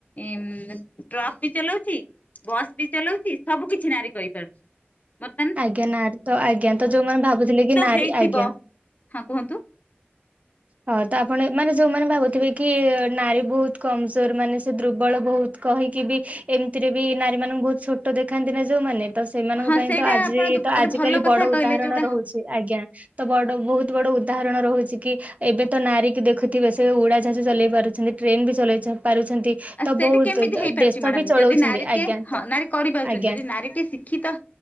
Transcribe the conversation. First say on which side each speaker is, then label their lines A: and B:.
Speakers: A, on the left; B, on the right.
A: ଏଁମ ଟ୍ରକ୍ ବି ଚଲଉଛି, ବସ୍ ବି ଚଲଉଛି, ସବୁ କିଛି ନାରି କରିପାରୁଛି। ମତନ୍
B: ଆଜ୍ଞା, ନାରୀ ତ ଆଜ୍ଞା ତ ଯୋଉମାନେ ଭାବୁଥିଲେ କି ନାରୀ
A: ହେଇଥିବ
B: ଆଜ୍ଞା
A: ହଁ କୁହନ୍ତୁ!
B: ହଁ ତ ଆପଣ ମାନେ ଯୋଉମାନେ ଭାବୁଥିବେ କି, ନାରୀ ବହୁତ କମଜୋର, ମାନେ ସେ ଦୁର୍ବଳ ବହୁତ କହିକି ବି, ଏମିତିରେ ବି ନାରୀ ମାନଙ୍କୁ ବହୁତ ଛୋଟ ଦେଖାନ୍ତି ନା ଯୋଉମାନେ ତ ସେମାନଙ୍କ
A: ହଁ
B: ପାଇଁ
A: ସେଇଟା
B: ତ, ଆଜି
A: ଆପଣ
B: ତ
A: ଗୋଟେ
B: ଆଜିିକାଲି
A: ଭଲ କଥା
B: ବଡ
A: କହିଲେ
B: ଉଦାହରଣ
A: ଯୋଉଟା
B: ରହୁଛି। ଆଜ୍ଞା, ତ ବଡ ବହୁତ ବଡ ଉଦାହରଣ ରହୁଛି କି ଏବେ ତ ନାରୀ କି ଦେଖୁଥିବେ, ସେ ଉଡାଜାଜ ଚଲେଇ ପାରୁଛନ୍ତି। ଟ୍ରେନ ବି ଚଲେଇଚ ପାରୁଛନ୍ତି।
A: ଆ
B: ତ
A: ସେଇଟା
B: ବହୁତ
A: କେମିତି ହେଇପାରୁଛି
B: ଦେଶ
A: ମ୍ୟାଡ଼ାମ,
B: ବି ଚଳଉଛନ୍ତି
A: ଯଦି ନାରୀଟିଏ
B: ଆଜ୍ଞା
A: ହଁ
B: ତ
A: ନାରୀ କରିପାରୁଛନ୍ତି,
B: ଆଜ୍ଞା
A: ଯଦି ନାରୀ ଟିଏ ଶି ଶିକ୍ଷିତ